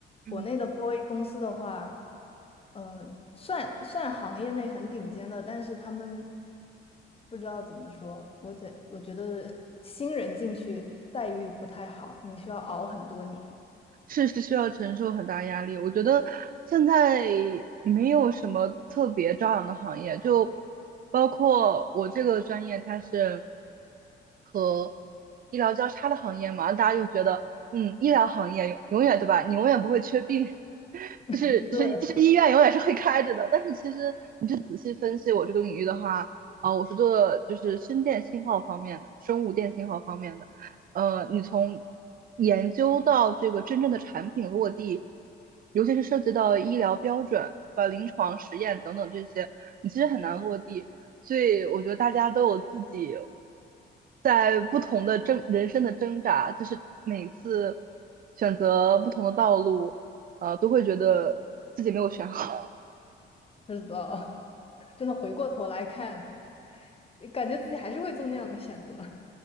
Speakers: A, on the right; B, on the left.
A: 嗯，
B: 国内的 4A 公司的话，呃，算算行业内很顶尖的，但是他们不知道怎么说，我觉我觉得新人进去待遇不太好，你需要熬很多年。
A: 确实需要承受很大压力。我觉得现在没有什么特别朝阳的行业，就包括我这个专业，它是。和医疗交叉的行业嘛，大家就觉得，嗯，医疗行业永永远对吧？你永远不会缺病人 <laughs> 就是就是就是医院永远是会开着的。
B: <laughs>
A: 但是其实你就仔细分析我这个领域的话，啊、我是做就是生电信号方面的，生物电信号方面的。呃，你从研究到这个真正的产品落地，尤其是涉及到医疗标准、呃临床实验等等这些，你其实很难落地。所以我觉得大家都有自己在不同的挣人生的挣扎，就是每次选择不同的道路，呃，都会觉得自己没有选好。
B: 对，是的，<laughs> 真的回过头来看，感觉自己还是会做那样的选择。